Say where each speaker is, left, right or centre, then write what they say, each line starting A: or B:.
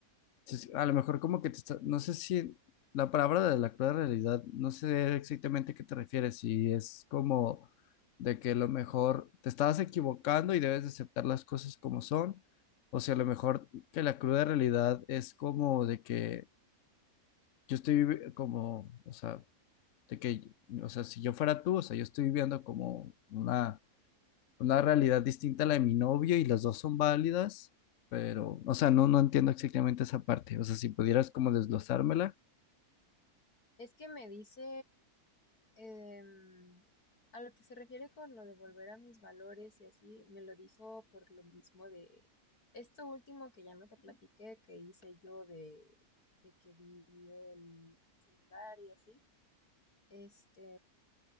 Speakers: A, on the left (about 65°); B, on the left (about 90°).
A: Sí, sí, A lo mejor como que te está, no sé si la palabra de la cruda realidad, no sé exactamente a qué te refieres, si es como de que a lo mejor te estabas equivocando y debes de aceptar las cosas como son, o si a lo mejor que la cruda realidad es como de que yo estoy vivi- como, o sea, de que, o sea, si yo fuera tú, o sea, yo estoy viviendo como una una realidad distinta a la de mi novio y las dos son válidas, pero, o sea, no, no entiendo exactamente esa parte. O sea, si pudieras como desglosármela.
B: Es que me dice em, a lo que se refiere con lo de volver a mis valores y así, me lo dijo por lo mismo de esto último que ya no te platiqué, que hice yo de, de que vi el celular y así. Este,